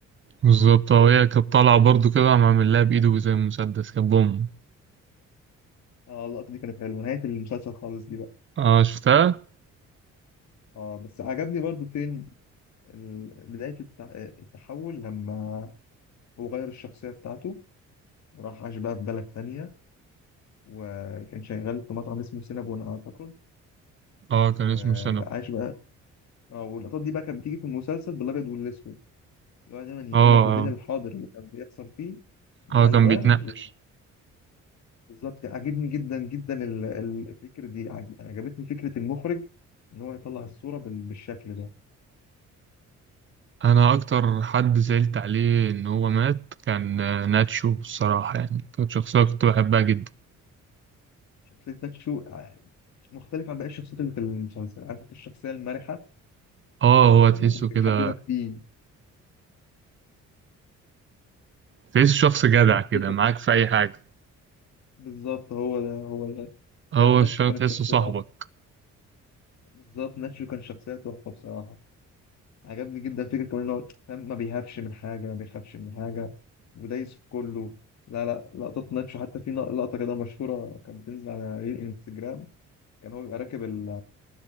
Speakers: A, on the right; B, on the left.
A: بالظبط اه هي كانت طالعة برضو كده عم عامل لها بايده زي مسدس كان بوم
B: اه اللقطة دي كانت حلوة نهاية المسلسل خالص دي بقى
A: اه شفتها
B: اه بس عجبني برضو فين ال- بداية الت- التحول لما هو غير الشخصية بتاعته وراح عاش بقى في بلد تانية وكان شغال في مطعم اسمه سينابون أعتقد
A: اه كان
B: وبقاش
A: اسمه سينابون
B: بقى اه واللقطات دي بقى كانت بتيجي في المسلسل بالابيض والاسود اللي هو دايما ينقلك
A: اه اه
B: ما بين الحاضر اللي كان بيحصل فيه بالالوان
A: اه كان بيتنقل
B: بالظبط كده. عجبني جدا جدا ال- ال- الفكره دي عج- يعني عجبتني فكره المخرج ان هو يطلع الصوره بال- بالشكل ده
A: انا اكتر حد زعلت عليه ان هو مات كان آه، ناتشو الصراحة يعني كانت شخصية كنت بحبها جدا
B: شخصيه ناتشو ع- مختلف عن باقي الشخصيات اللي في المسلسل عارف انت الشخصيه المرحه
A: اه هو تحسه
B: مم.
A: كده
B: ويحببك فيه
A: تحسه شخص
B: يحببك
A: جدع كده
B: فيه شخ...
A: معاك في اي حاجة
B: بالظبط هو ده هو ده
A: هو
B: لا، ناتشو
A: الشخص
B: كانت
A: تحسه
B: شخصيه
A: صاحبك
B: بالظبط ناتشو كان شخصيه تحفه بصراحه عجبني جدا فكرة كمان إن هو فاهم ما بيهابش من حاجة ما بيخافش من حاجة ودايس في كله لا لا لقطات ناتشو حتى في نق- لقطة كده مشهورة كانت بتنزل على ريل انستجرام كان هو بيبقى راكب ال-